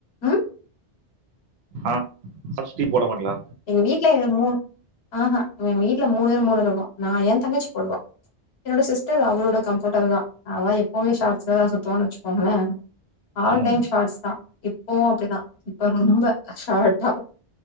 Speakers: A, on the left; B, on the right.
A: ம்
B: ஆ <unintelligible> போடுவாங்களா
A: எங்க வீட்ல ஏ மூ ஆஹா எங் வீட்ல மூணு பேரும் மூணு ரகோ நா ஏன் தங்கச்சி போடுவா என்னோட சிஸ்டர் அவ்ளோட கம்ஃபர்ட் அதுதா அவா எப்போமே ஷார்ட்ஸ் ல தா சுத்துவான்னு வச்சுக்கோங்களே ஆல்
B: ம்
A: டைம் ஷார்ட்ஸ் தா இப்பவு அப்புடிதா இப்ப ரொம்ப அ ஷார்ட்டா